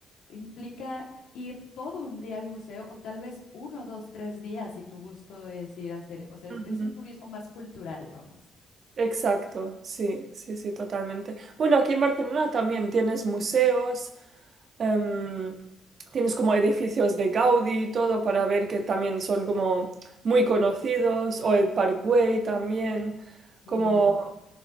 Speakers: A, on the left; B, on the right.
A: implica ir todo un día al museo o tal vez uno, dos, tres días si tu gusto es ir a hacer, o sea,
B: Ujú.
A: es un turismo más cultural, vamos.
B: Exacto, sí, sí, sí, totalmente. Bueno, aquí en Barcelona también tienes museos, em, tienes como edificios de Gaudí y todo para ver que también son como muy conocidos, o el Parkway también,
A: Y,
B: como,